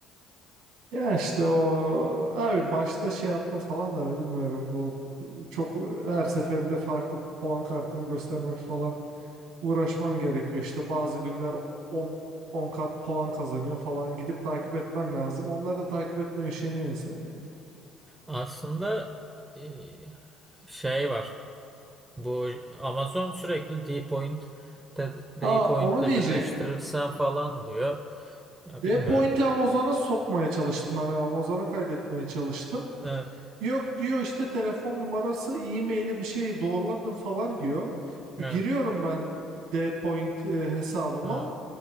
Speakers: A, on the right; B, on the right.
A: Ya işte o abi başta şey yaptım falan da hani bilmiyorum bu çok her seferinde farklı puan kartını göstermek falan. uğraşman gerekiyor. İşte bazı günler 10 10 kat puan kazanıyor falan gidip takip etmen lazım. Onları da takip etmeye üşeniyor insan yani.
B: aslında e, şey var. Bu Amazon sürekli Dpoint de-
A: Aa
B: Dpoint'le
A: onu diyecektim.
B: birleştirirsen falan diyor. Ya
A: D
B: bilmiyorum.
A: point'i Amazon'a sokmaya çalıştım. Yani Amazon'a kaydetmeye çalıştım.
B: Evet,
A: Yok diyor işte telefon numarası, e-maili bir şeyi doğrulatın falan diyor. E,
B: evet,
A: giriyorum ben D point e, hesabıma.
B: evet,